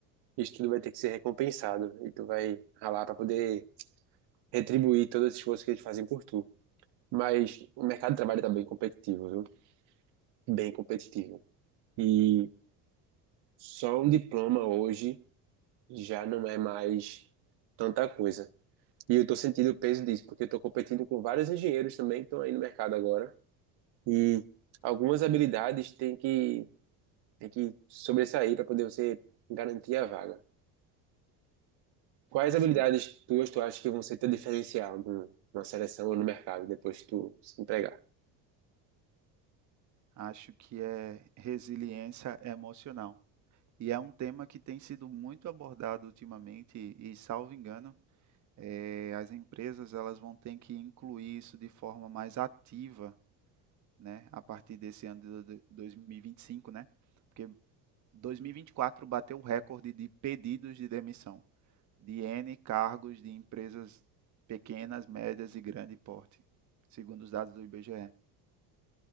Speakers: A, on the right; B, on the right.
A: isso tudo vai ter que ser recompensado e tu vai ralar para poder retribuir todo esse esforço que eles fazem por tu. Mas o mercado de trabalho tá bem competitivo, viu? Bem competitivo. E só um diploma hoje já não é mais tanta coisa. E eu tô sentindo o peso disso, porque eu tô competindo com vários engenheiros também que estão aí no mercado agora. E algumas habilidades têm que, têm que sobressair para poder você garantir a vaga. Quais
B: Sim,
A: habilidades tuas tu acha que vão ser teu diferencial no- na seleção ou no mercado depois que tu se empregar?
B: acho que é resiliência emocional. E é um tema que tem sido muito abordado ultimamente e, salvo engano, eh, as empresas elas vão ter que incluir isso de forma mais ativa, né, a partir desse ano de de 2025, né? Porque 2024 bateu o recorde de pedidos de demissão. de N cargos de empresas pequenas, médias e grande porte, segundo os dados do IBGE.